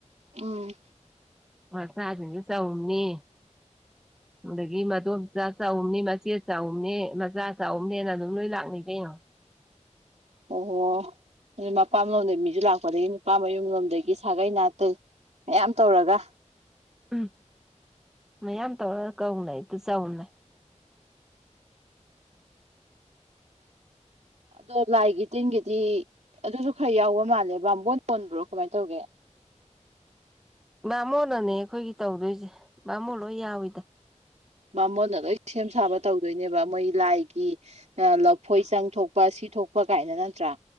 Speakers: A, on the right; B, in the centre.
A: ꯎꯝ
B: ꯃꯆꯥꯖꯤꯡꯗꯣ ꯆꯥꯎꯨꯝꯅꯤ
A: <inaudible>
B: ꯑꯗꯥꯒꯤ ꯃꯗꯣꯝꯆꯥ ꯆꯥꯎꯨꯝꯅꯤ ꯃꯆꯦꯠ ꯆꯥꯎꯨꯝꯅꯤ ꯃꯆꯥ ꯆꯥꯎꯨꯝꯅꯤꯅ ꯑꯗꯨꯝ ꯂꯣꯏ ꯂꯥꯛꯅꯩ ꯀꯩꯅꯣ
A: ꯑꯣꯍꯣ ꯑꯗꯨ ꯃꯄꯥꯝ ꯂꯣꯝꯗꯩ ꯃꯤꯖꯨ ꯂꯥꯛꯄ ꯑꯗꯥꯒꯤ ꯅꯨꯄꯥ ꯃꯌꯨꯝꯂꯣꯝꯗꯥꯒꯤ ꯁꯥꯒꯩ ꯅꯥꯇꯩ ꯃꯌꯥꯝ ꯇꯧꯔꯒꯥ
B: ꯎꯝ ꯃꯌꯥꯝ ꯇꯧꯔꯒꯥ ꯀꯧꯅꯩ ꯑꯗꯨ ꯆꯥꯎꯨꯝꯅꯩ
A: ꯑꯗꯣ ꯂꯥꯏꯒꯤ ꯇꯤꯟꯒꯤꯗꯤ ꯑꯗꯨꯖꯨ ꯈꯔ ꯌꯥꯎꯕ ꯃꯥꯜꯂꯦ ꯕꯥꯝꯕꯣꯟ ꯍꯣꯟꯕ꯭ꯔꯣ ꯀꯃꯥꯏꯟ ꯇꯧꯒꯦ
B: ꯕꯥꯃꯣꯟꯅꯅꯦ ꯑꯩꯈꯣꯏꯒꯤ ꯇꯧꯗꯣꯏꯖꯦ ꯕꯥꯃꯣꯟ ꯂꯣꯏ ꯌꯥꯎꯏꯤꯗꯥ
A: ꯕꯥꯃꯣꯟꯅ ꯂꯣꯏ ꯁꯦꯝ ꯁꯥꯕ ꯇꯧꯗꯣꯏꯅꯦꯕ ꯃꯣꯏ ꯂꯥꯏꯒꯤ ꯂꯐꯣꯏ ꯆꯪꯊꯣꯛꯄ ꯁꯤ ꯊꯣꯛꯄ ꯀꯥꯏꯅ ꯅꯠꯇ꯭ꯔꯥ